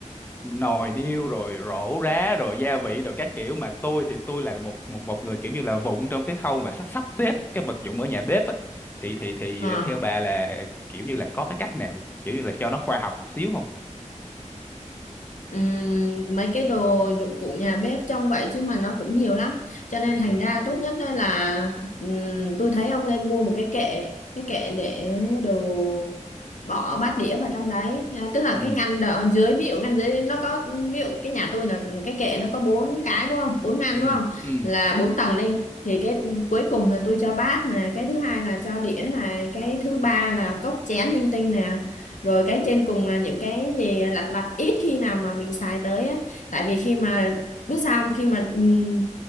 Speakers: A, on the left (about 15°); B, on the left (about 75°).
A: nồi niêu rồi rổ rá rồi gia vị rồi các kiểu mà tôi thì tôi là một một một người kiểu như là vụng trong cái khâu mà sắp sắp xếp cái vật dụng ở nhà bếp á. thì thì thì
B: Ờ.
A: theo bà là kiểu như là có cái cách nào kiểu như là cho nó khoa học một xíu không
B: Ừm, mấy cái đồ dụng cụ nhà bếp trong vậy chứ mà nó cũng nhiều lắm cho nên
A: ừ
B: thành ra tốt nhất đây là ừm, tôi thấy ông nên mua một cái kệ cái kệ để đồ bỏ bát đĩa vào trong đấy à, tức là
A: ừ
B: cái ngăn đợ, dưới ví dụ ngăn dưới nó có ví dụ cái nhà tôi là cái kệ nó có bốn cái đúng không bốn ngăn
A: ừ
B: đúng không
A: ừ
B: là bốn tầng đi thì cái cuối cùng là tôi cho bát nè cái thứ hai là cho đĩa nè cái thứ ba là cốc chén linh tinh nè rồi cái trên cùng là những cái gì lặt vặt ít khi nào mà mình xài tới ấy tại vì khi mà biết sao không? khi mà ừm,